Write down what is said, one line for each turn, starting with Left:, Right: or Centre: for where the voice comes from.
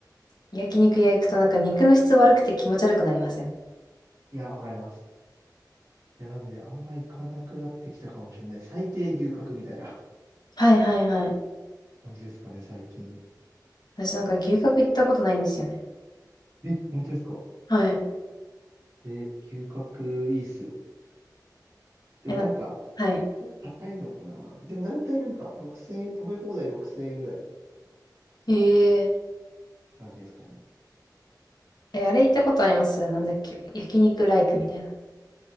Left: 焼肉屋行くとなんか肉の質悪くて気持ち悪くなりません
Right: いや、わかります。や、なんで、あんま行かなくなってきたかもしれない。最低牛角みたいな
Left: はいはいはい。
Right: <laughs> 感じですかね、最近。
Left: 私なんか牛角行ったことないんですよね。
Right: え、本当ですか
Left: はい。
Right: え、牛角いいっすよ。でもなんか、
Left: え、なんかはい。
Right: ちょっと高いのかな。でも大体なんか、6000円、食べ放題6000円ぐらい
Left: ええ
Right: 感じですかね。
Left: え、あれ行ったことありますなんだっけ焼肉ライクみたいな。